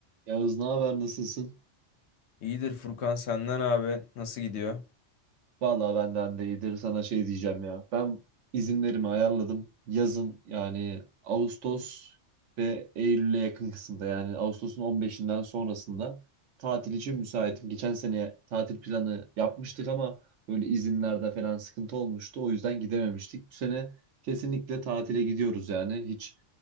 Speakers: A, on the right; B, on the left.
A: Yağız ne haber nasılsın?
B: İyidir Furkan senden abi. Nasıl gidiyor?
A: Vallahi benden de iyidir. Sana şey diyeceğim ya. Ben izinlerimi ayarladım. Yazın yani Ağustos ve Eylül'e yakın kısımda yani Ağustos'un 15'inden sonrasında tatil için müsaitim. Geçen sene tatil planı yapmıştık ama böyle izinlerde falan sıkıntı olmuştu. O yüzden gidememiştik. Bu sene kesinlikle tatile gidiyoruz yani. Hiç